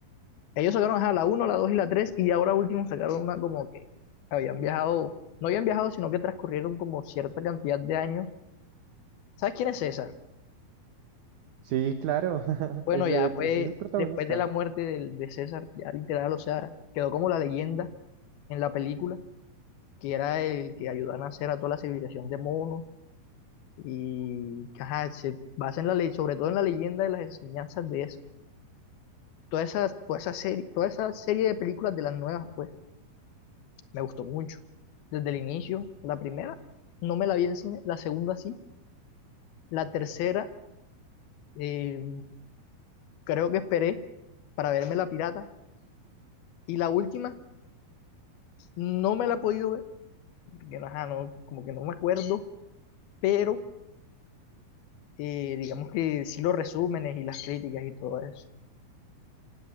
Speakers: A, on the left (about 80°); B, on the right (about 70°).
A: Ellos sacaron ajá, la uno la 2 y la tres y ahora último sacaron una como que habían viajado, no habían viajado, sino que transcurrieron como cierta cantidad de años. ¿Sabes quién es César?
B: Sí, claro. <laughs>
A: Bueno,
B: Ese,
A: ya
B: ese
A: fue
B: es el protagonista.
A: después de la muerte del- de César, ya literal, o sea, quedó como la leyenda en la película, que era el que ayudó a nacer a toda la civilización de monos y que, ajá, se basa en la ley, sobre todo en la leyenda de las enseñanzas de eso. Toda esa, toda esa serie, toda esa serie de películas de las nuevas, pues. me gustó mucho. Desde el inicio, la primera, no me la vi en cine, la segunda sí, la tercera, eh, creo que esperé para verme La Pirata, y la última, no me la he podido ver, porque no, ajá, no, como que no me acuerdo, pero eh, digamos que sí los resúmenes y las críticas y todo eso,